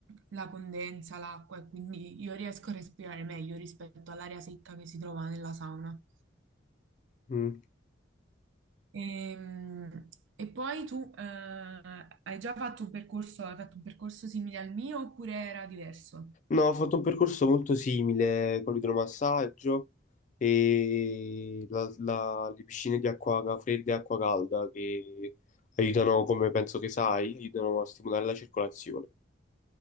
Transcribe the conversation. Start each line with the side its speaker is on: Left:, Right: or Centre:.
Right: la condensa, l'acqua e quindi io riesco a respirare meglio rispetto all'aria secca che si trova nella sauna.
Left: Mm.
Right: Ehm, E, poi tu eh, hai già fatto un percorso, hai fatto un percorso simile al mio oppure era diverso?
Left: No, ho fatto un percorso molto simile con l'idromassaggio e la- la- le piscine di acqua fredda e acqua calda che aiutano, come penso che sai, aiutano a stimolare la circolazione.